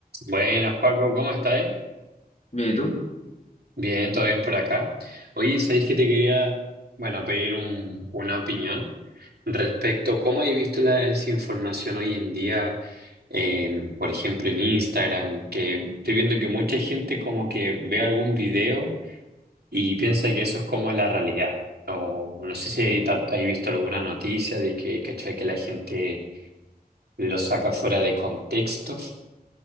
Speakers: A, on the right (about 80°); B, on the left (about 45°).
A: Buenas, Paco, ¿cómo estáis?
B: Bien, ¿y tú?
A: Bien, todo bien por acá. Oye, ¿sabéis que te quería, bueno, pedir un- una opinión respecto a cómo habéis visto la desinformación hoy en día, eh, por ejemplo, en Instagram, que estoy viendo que mucha gente como que ve algún video y piensa que eso es como la realidad. O no sé si hay ta- hay visto alguna noticia de que, ¿cachai? que la gente lo saca fuera de contexto.